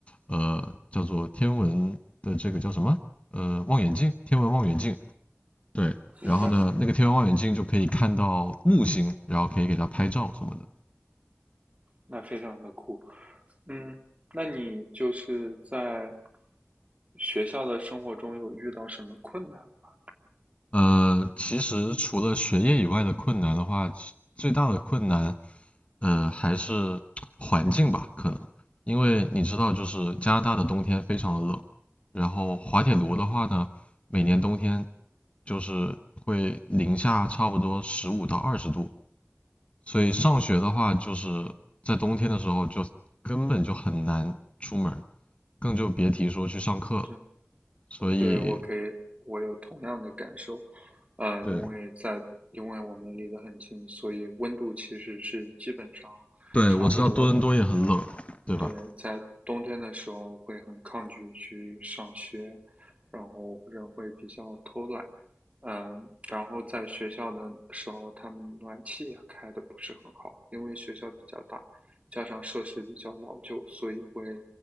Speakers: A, on the left (about 30°); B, on the right (about 30°).
A: 呃，叫做天文的这个叫什么？呃，望远镜，天文望远镜。对，
B: 明白，
A: 然后呢，那个天文望远镜就可以看到木星，然后可以给它拍照什么的。
B: 那非常的酷。嗯，那你就是在学校的生活中有遇到什么困难吗
A: 呃，其实除了学业以外的困难的话，最大的困难呃，还是环境吧，可能，因为你知道，就是加拿大的冬天非常的冷，然后滑铁卢的话呢，每年冬天就是会零下差不多十五到二十度，所以上学的话，就是在冬天的时候就根本就很难出门，更就别提说去上课了。
B: 对，
A: 所以，
B: 对，我可以，我有同样的感受，呃，
A: 对
B: 因为在，因为我们离得很近，所以温度其实是基本上
A: 对，
B: 差不多的。
A: 我知道多伦多也很冷，对吧？
B: 对，在冬天的时候会很抗拒去上学，然后人会比较偷懒，嗯，然后在学校的时候，他们暖气也开的不是很好，因为学校比较大，加上设施比较老旧，所以会